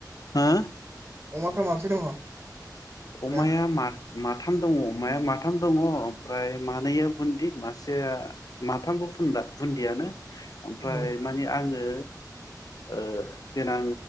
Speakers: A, on the left; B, on the right.
A: हा?
B: अमाफ्रा माबैसे दङ?
A: अमाया
B: दा
A: मा माथाम दङ अमाया माथाम दङ ओमफ्राय मानैया बुन्दि मासेया माथामबुन्दा बुन्दियानो । ओमफ्राय
B: उम
A: माने आङो ओ । देनां